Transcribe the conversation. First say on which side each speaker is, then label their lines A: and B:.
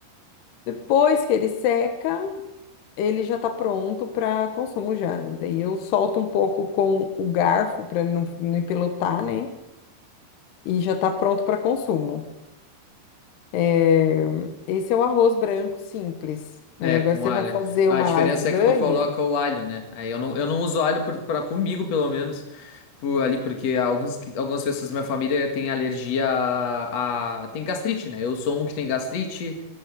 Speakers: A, on the left; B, on the left.
A: Depois que ele seca, ele já tá pronto para consumo já. Daí eu solto um pouco com o garfo para ele não, não empelotar, né? E já tá pronto para consumo. É, Esse é o arroz branco simples, né?
B: É,
A: Agora
B: com
A: você
B: alho.
A: vai fazer
B: A
A: uma
B: diferença
A: lasanha.
B: é que tu coloca o alho, né? Aí eu não, eu não uso alho por- pra comigo, pelo menos. Por, ali, porque alguns, que- algumas pessoas da minha família têm alergia a, a- Tem gastrite, né? Eu sou um que tem gastrite.